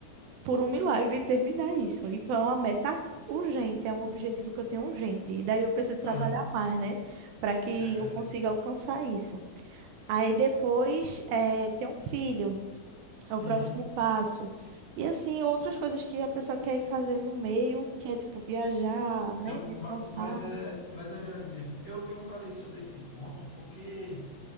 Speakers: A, on the right; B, on the left.
A: por um milagre, terminar isso. Então, é uma meta urgente, é um objetivo que eu tenho urgente. E daí eu preciso trabalhar
B: Aham,
A: mais, né, para que
B: é verdade.
A: eu consiga alcançar isso. Aí depois, é, ter um filho, é o
B: Uhum.
A: próximo passo. E assim, outras coisas que a pessoa quer ir fazer no meio, que é tipo viajar, né,
B: Não,
A: descansar.
B: ma- mas é, mas é verdade mesmo. Eu, eu falei sobre esse ponto porque